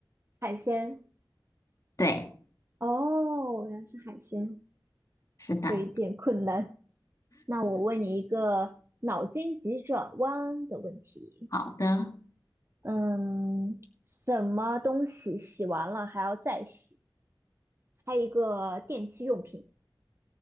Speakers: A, on the right; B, on the left.
A: 海鲜？
B: 对，
A: 哦，原来是海鲜，
B: 是的，
A: 有一点困难。那我问你一个脑筋急转弯的问题，
B: 好的。
A: 嗯，什么东西洗完了还要再洗？猜一个电器用品。